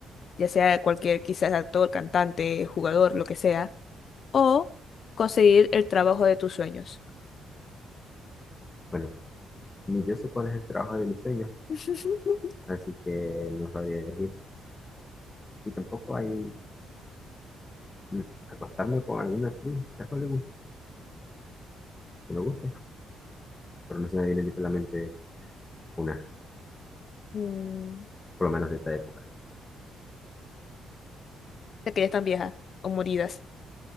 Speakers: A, on the left (about 50°); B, on the left (about 20°).
A: ya sea cualquier quizás actor, cantante, jugador, lo que sea, o conseguir el trabajo de tus sueños.
B: Bueno, ni yo sé cuál es el trabajo de mis sueños,
A: <laughs>
B: así que no sabría elegir. Y tampoco hay mm, acostarme con alguna actriz de Hollywood que me guste pero no se me viene ahorita a la mente una,
A: Mm,
B: por lo menos de esta época.
A: De que ya están viejas o moridas.